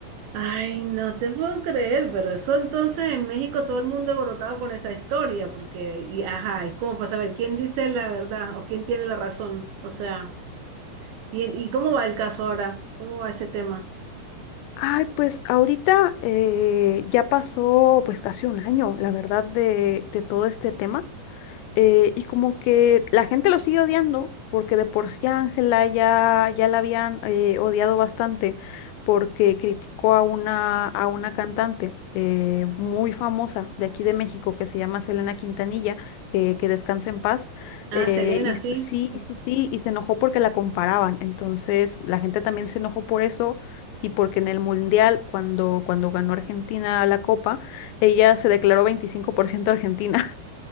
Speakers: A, on the right (about 75°); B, on the left (about 85°).
A: Ay, no te puedo creer, pero eso entonces en México todo el mundo alborotado con esa historia, porque, y, ajá, es como para saber quién dice la verdad o quién tiene la razón. O sea, ¿y, en- y cómo va el caso ahora? ¿Cómo va ese tema?
B: Ay, pues ahorita eh, ya pasó pues casi un año, la verdad, de, de todo este tema. eh, y como que la gente lo sigue odiando, porque de por sí a Ángela ya, ya la habían eh, odiado bastante, porque criticó a una, a una cantante eh, muy famosa de aquí de México que se llama Selena Quintanilla, que, que descansa en paz.
A: Ah,
B: eh,
A: Selena,
B: y s-
A: sí.
B: sí, sí, sí, y se enojó porque la comparaban. Entonces la gente también se enojó por eso. Y porque en el Mundial, cuando, cuando ganó Argentina la Copa, ella se declaró 25% argentina.